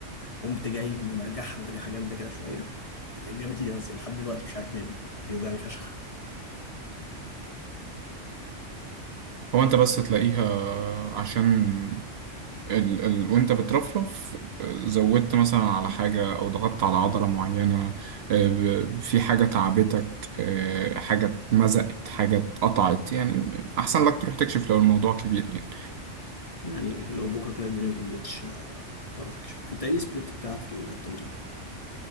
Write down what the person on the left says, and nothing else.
قمت جاي مرجعها مرجعها جامده كده شويه بت- جابت لي مزق لحد دلوقتي مش عارف ماله بيوجعني فشخ
يعني لو بكرة كده الدنيا ما هديتش آه، هروح أكشف أنت إيه السبليت بتاع في التمرين؟